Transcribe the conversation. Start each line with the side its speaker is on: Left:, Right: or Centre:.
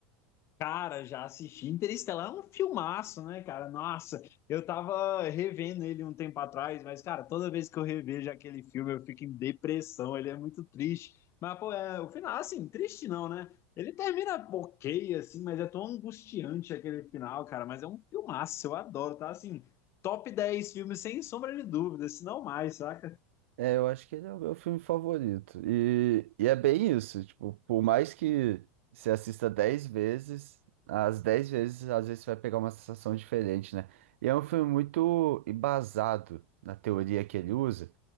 Left: Cara, já assisti. Interestelar é um filmaço, né, cara? Nossa, eu tava revendo ele um tempo atrás, mas, cara, toda vez que eu revejo aquele filme, eu fico em depressão. Ele é muito triste. Mas, pô, é, o final, assim, triste não, né? Ele termina ok, assim, mas é tão angustiante aquele final, cara. Mas é um filmaço, eu adoro, tá? Assim, top 10 filmes, sem sombra de dúvida, se não mais, saca?
Right: É, eu acho que ele é o meu filme favorito. E, e é bem isso, tipo, por mais que você assista 10 vezes, as 10 vezes, às vezes, você vai pegar uma sensação diferente, né? E é um filme muito embasado na teoria que ele usa.